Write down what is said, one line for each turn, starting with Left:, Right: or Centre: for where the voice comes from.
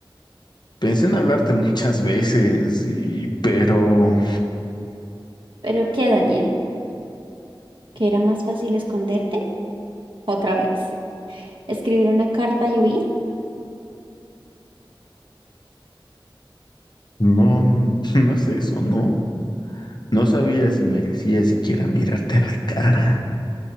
Left: pensé en hablarte muchas veces, y, pero
Right: ¿Pero qué, Daniel? ¿Que era más fácil esconderte? ¿Otra vez? ¿Escribir una carta y huir?
Left: no, no es eso, no. No sabía si merecía siquiera mirarte a la cara.